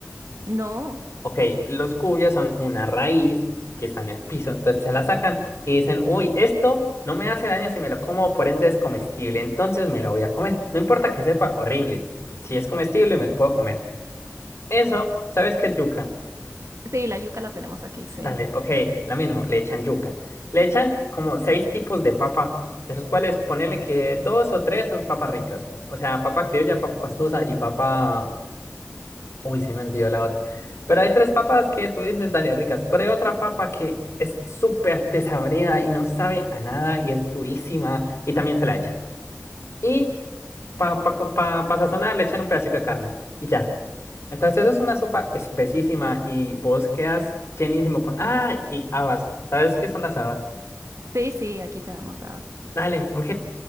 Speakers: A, on the right; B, on the left.
A: No,
B: Ok, los cubios son una raíz que está en el piso, entonces se la sacan y dicen, uy, esto no me hace daño si me lo como, por ende es comestible, entonces me lo voy a comer. No importa que sepa horrible, si es comestible me lo puedo comer. Eso, ¿sabes qué es yuca?
A: sí, la yuca la tenemos aquí, sí.
B: Dale, ok, la mismo, le echan yuca. Le echan como seis tipos de papa, de los cuales ponele que dos o tres son papas ricas, o sea, papa criolla, papa pastusa y papa Uy, se me olvidó la otra. Pero hay tres papas que tú dices, dale, ricas. Pero hay otra papa que es súper desabrida y no sabe a nada y es durísima y también se la echan. Y para pa, pa, pa- pa sazonar le echan un pedacito de carne y ya. Entonces eso es una sopa espesísima y vos quedas llenísimo con... Ah, y habas. ¿Sabes qué son las habas?
A: Sí, sí, aquí tenemos
B: Dale, ok.